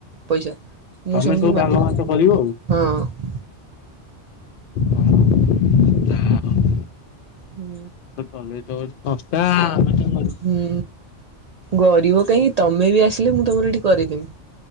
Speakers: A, on the right; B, on the left.
A: ପଇସା ମୁଁ
B: ତମେ
A: ସମତଙ୍କୁ
B: ସବୁ
A: ବାଣ୍ଟି
B: ଭାଗ
A: ଦେବି
B: ବାଣ୍ଟ କରିବ ଆଉ।
A: ହଁ।
B: ଓ ହୋ ଯା ହ ଉ।
A: ହୁଁ।
B: ଚଲେଇବ ଗୋଟେ ସଂସ୍ଥା ମାନେ।
A: ହୁଁ ଗରିବ କାହିଁକି ତମେ ବି ଆସିଲେ ମୁଁ ତମର ଏଠି କରେଇଦେମି।